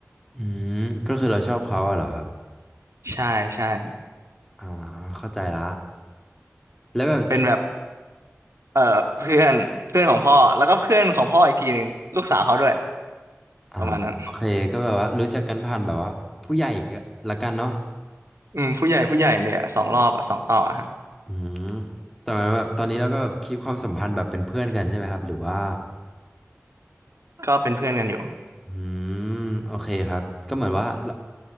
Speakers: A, in the centre; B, on the right.
A: อืมก็คือเราชอบเขาอะเหรอครับ
B: ใช่ใช่
A: อ่าเข้าใจละแล้วแบบ
B: เป็นแบบเอ่อเพื่อนเพื่อนของพ่อแล้วก็เพื่อนของพ่ออีกทีหนึ่งลูกสาวเขาด้วย
A: อ่าโอเคก็แบบว่ารู้จักกันผ่านแบบว่าผู้ใหญ่ก็ละกันเนาะ
B: ประมาณนั้นอืมผู้ใหญ่ผู้ใหญ่เลยอะสองรอบอะสองต่ออะฮะ
A: อืมแต่ว่าแบบตอนนี้เราก็แบบคีปความสัมพันธ์แบบเป็นเพื่อนกันใช่ไหมครับหรือว่า
B: ก็เป็นเพื่อนกันอยู่
A: อืมโอเคครับก็เหมือนว่าเรา